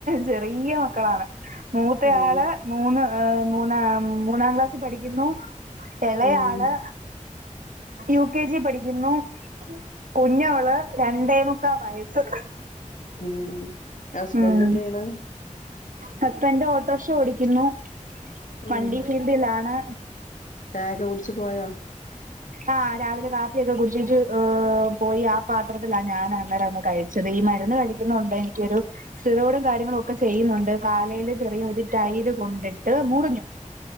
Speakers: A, on the right (about 85°); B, on the left (about 75°).
A: ചെറിയ്യ മക്കളാണ് മൂത്തെയാള്
B: ഉം
A: മൂന്ന് അ മൂന്നാ മൂന്നാം ക്ലാസ്സിപഠിക്കുന്നു എളെയാള്
B: ഉം
A: യു കെ ജി പഠിക്കുന്നു കുഞ്ഞവള് രണ്ടേ മുക്കാ വയസ്സ്
B: ഉം ഹസ്ബൻഡ്
A: ഉം
B: എന്ത് ചെയ്യണ്
A: ഹസ്ബന്റ് ഓട്ടോർഷ ഓടിക്കുന്നു
B: ഉം
A: വണ്ടി ഫീൽഡിലാണ്
B: ചായൊക്കെ കുട്ച്ച് പോയോ
A: ആഹ് രാവിലെ കാപ്പിയൊക്കെ കുടിച്ചേച്ച് ഏഹ് പോയി ആ പാത്രത്തിലാ ഞാന് അന്നേരമൊന്ന് കഴി ച്ചത് ഈ മര്ന്ന് കഴിക്കുന്നോണ്ട് എനിയ്ക്കൊരു സിറോടും കാര്യങ്ങളും ഒക്കെ ചെയ്യ്ന്നുണ്ട് കാലേല് ചെറിയ ഒര് ടൈല് കൊണ്ടിട്ട് മുറിഞ്ഞു